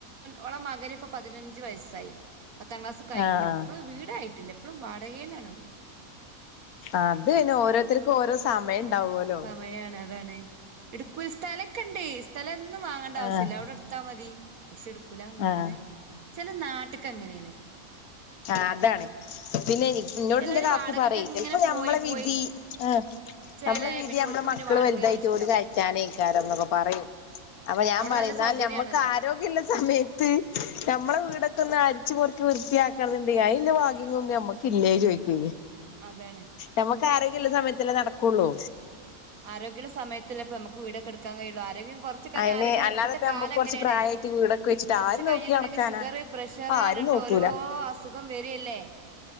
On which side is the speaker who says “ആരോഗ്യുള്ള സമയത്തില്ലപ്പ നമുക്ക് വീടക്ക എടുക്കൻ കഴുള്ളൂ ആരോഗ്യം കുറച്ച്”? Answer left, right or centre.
Right